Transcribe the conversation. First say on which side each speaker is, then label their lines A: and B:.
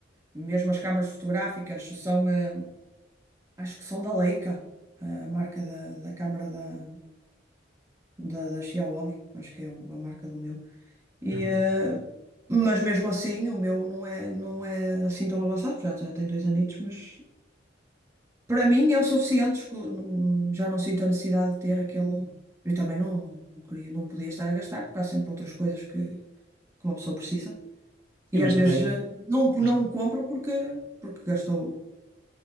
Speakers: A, on the right; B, on the right.
A: mesmo as câmaras fotográficas são, eh, acho que são da Leica, a marca da, da câmara da, da, da Xiaomi, acho que é o- a marca do meu. E,
B: Uhum.
A: eh, mas mesmo assim, o meu não é, não é assim tão avançado, já, já tem dois anitos, mas para mim é o suficiente, escu- não- já não sinto a necessidade de ter aquele. e também não, não, não queria, não podia estar a gastar, porque há sempre outras coisas que, que uma pessoa precisa.
B: Sim,
A: E às
B: mas
A: vezes
B: também,
A: eh, não, não
B: mas
A: o compra porque, porque gastou